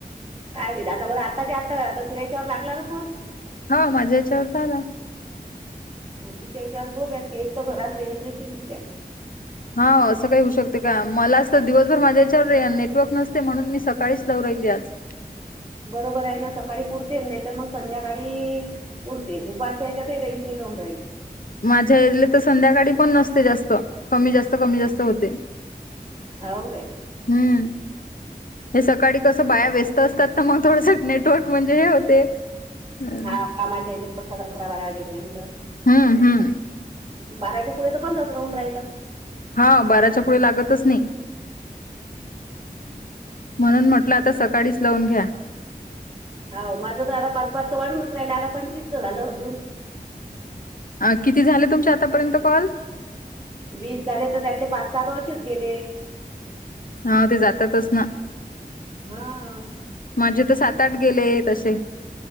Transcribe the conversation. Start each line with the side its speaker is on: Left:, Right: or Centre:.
Right: काय मी दासा बर आता ज आतं तर तू याच्यावर लागला ना फोन.
Left: हा माझ्या या्याच्यावर तर आला.
Right: अ तिच्या याच्यावर गो बॅक एक तर घरात रेज नसतेन तिच्या.
Left: हा असं काही होऊ शकते का, मला असं दिवसभर माझ्या याच्यावर नेटवर्क नसते म्हणून मी सकाळीच लावू राहिली आज.
Right: बरोबर आहे ना सकाळी पुरते, नाहीतर मग संध्याकाळी पुरते दुपारच्याच्याही रेंज नाही राऊन राहील.
Left: माझ्या येले तर संध्याकाळी पण नसते जास्त. कमी जास्त कमी जास्त होतंय,
Right: हाव काय.
Left: हम्म. हे सकाळी कसं बाया व्यस्त असतात ना मग थोडसं नेटवर्क म्हणजे हे होते. हम्म
Right: हा कामाच्या ह्याच्यात अकरा बारा वाजेपर्यंत.
Left: हम्म हम्म.
Right: बाराच्या पुळे तर बंदच राहून राहिलं.
Left: हा बाराच्या पुढे लागतच नाही. म्हणून म्हटलं आता सकाळीच लावून घ्या.
Right: हो माझं तर आता पाच पाचं वाढूनच राहिलं आता पंचवीसचं झालं अजून.
Left: अ किती झाले तुमच्या आतापर्यंत कॉल?
Right: वीस झाले तर त्यातले पाच साहा तर आसेच गेले.
Left: हा ते जातातच ना.
Right: हा
Left: माझे तर सात आठ गेले तसे.